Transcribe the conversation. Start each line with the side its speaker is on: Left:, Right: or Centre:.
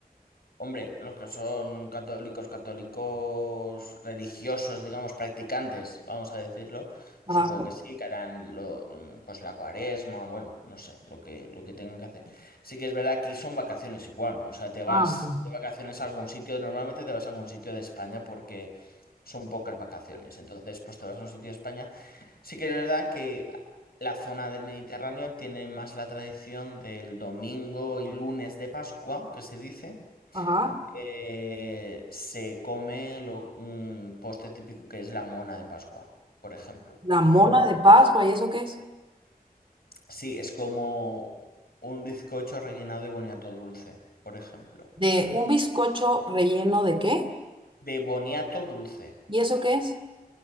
Left: Hombre, los que son católicos, católicos religiosos, digamos, practicantes, vamos a decirlo, supongo
Right: Ajá.
Left: que sí, que harán lo, mm, pues la cuaresma, bueno, no sé, lo que, lo que tengan que hacer. Sí que es verdad que aquí son vacaciones igual, o sea, te vas
Right: Ah, ok.
Left: de vacaciones a algún sitio, normalmente te vas a algún sitio de España porque son pocas vacaciones, entonces pues te vas a un sitio de España. Sí que es verdad que la zona del Mediterráneo tiene más la tradición del domingo y lunes de Pascua, que se dice.
Right: Ajá.
Left: Eh, se come lo- un postre típico que es la mona de Pascua, por ejemplo.
Right: La
Left: Se
Right: mona
Left: llama mo-
Right: de Pascua, ¿y eso qué es?
Left: Sí, es como un bizcocho rellenado de boniato dulce, por ejemplo.
Right: De un bizcocho relleno de qué?
Left: De boniato dulce.
Right: ¿Y eso qué es?